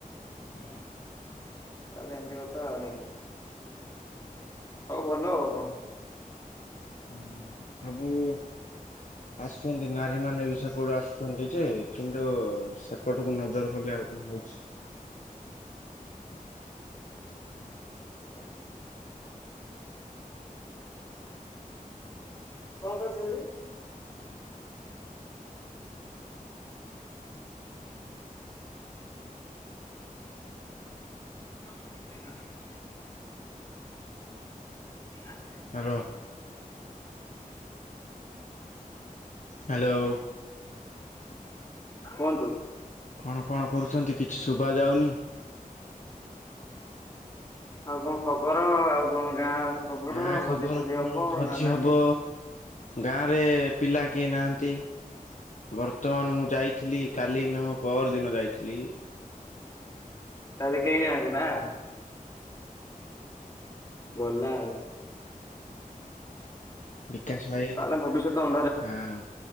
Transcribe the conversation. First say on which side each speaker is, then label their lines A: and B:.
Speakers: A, on the left (about 55°); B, on the left (about 20°).
A: ହୁଁ।
B: ତା ହେଲେ ଏମିତି କଥା ଆଉ ନାଇଁ ହଉ ଭଲ ଆଉ କଣ।
A: ହୁଁ ସବୁ ଆସୁଚନ୍ତି ନାରୀ ମାନେ ବି ସେପଟୁ ଆସୁଚନ୍ତି ଯେ କିନ୍ତୁ ସେ ଏପଟକୁ ନଜର କଲେ ଆଉ କଣ ହଉଛି। <unintelligible>
B: ହୋଇ <unintelligible> କଣ କରୁଚନ୍ତି? କମଟି ବଳେଇଗଲେ। <unintelligible>
A: ହାଲୋ। ହାଲୋ।
B: କୁହନ୍ତୁ।
A: କଣ କଣ କରୁଛନ୍ତି କିଛି ଶୁଭା ଯାଉନି।
B: ଆଉ କଣ ଖବର ଆଉ କଣ ଗାଁ। ଖବର
A: ଗାଁ
B: ଭୋଜି
A: ଖବର
B: ଫୋଜି
A: କଣ
B: ହବ
A: ଭୋଜି
B: ନା ନାହିଁ
A: ହବ। ଗାଁ ରେ ପିଲା କିଏ ନାହାନ୍ତି। ବର୍ତ୍ତମାନ ମୁଁ ଯାଇଥିଲି କାଲି ନୁହଁ ପଅର ଦିନ ଯାଇଥିଲି।
B: ତା ହେଲେ କେହି ନାହାନ୍ତି ନା। ଗଲା ଆଉ।
A: ବିକାଶ ଭାଇ।
B: ତାହେଲେ ଭବିଷ୍ୟତ ଅନ୍ଧାର
A: ହଁ